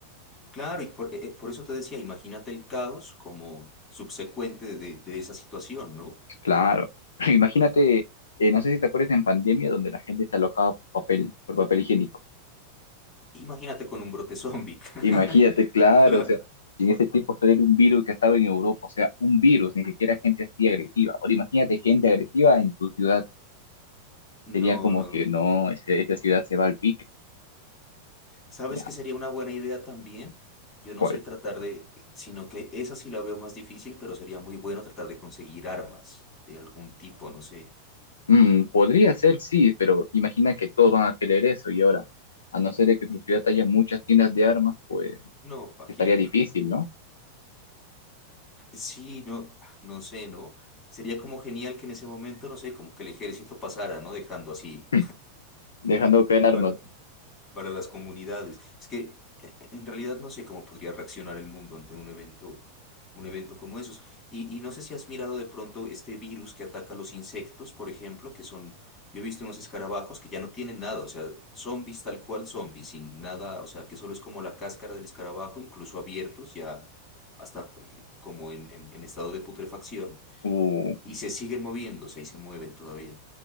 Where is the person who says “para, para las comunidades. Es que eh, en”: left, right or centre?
Left